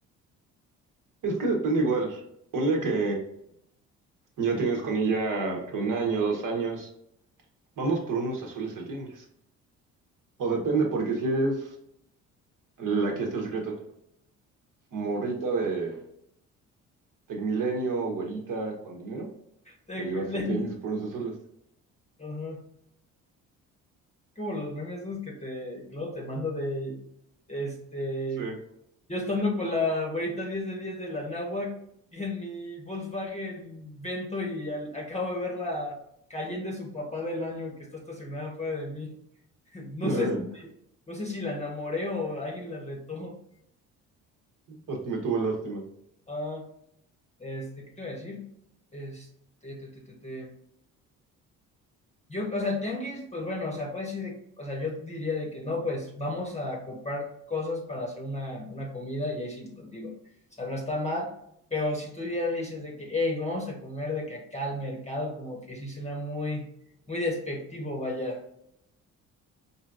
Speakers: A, on the right; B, on the left.
A: Es que depende igual. Ponle que ya tienes con ella que un año, dos años. Vamos por unos azules al tianguis. O depende, porque si es, la- que está el secreto, morrita de Tecmilenio, güerita, con dinero,
B: Tech
A: la llevas
B: Millennium.
A: al tianguis por unos azules.
B: Ajá. Como los memes esos que te, que luego te mando de, este,
A: Sí.
B: Yo estando con la güerita 10 de 10 de la náhuac y en mi Volkswagen Vento y al- acabo de ver la Cayenne de su papá del año que está estacionada fuera de mí. <laughs> No
A: <laughs>
B: sé si, no sé si la enamoré o alguien la retó.
A: Hasta me tuvo lástima.
B: Ah, este, ¿qué te iba a decir? Este, te, te, te, te. Yo, o sea, el tianguis, pues bueno, o sea, puede ser, de- o sea, yo diría de que no, pues vamos a comprar cosas para hacer una, una comida y ahí sí, pues digo, o sea, no está mal, pero si tú ya le dices de que, hey, vamos a comer de que acá al mercado, como que sí suena muy, muy despectivo, vaya.